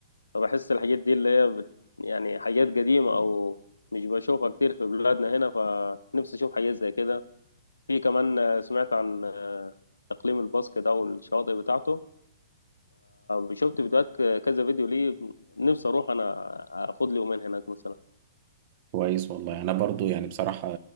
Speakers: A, on the left; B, on the right.
A: فبحس الحاجات دي اللي هي بت يعني حاجات قديمه او مش بشوفها كتير في بلادنا هنا فنفسي اشوف حاجات زي كده في كمان آه، سمعت عن آه، اقليم الباسك ده والشواطئ بتاعته فشفت فيديوهات ك- كذا فيديو ليه نفسي اروح انا آه، اخد لي يومين هناك مثلا
B: كويس والله انا برضو يعني بصراحة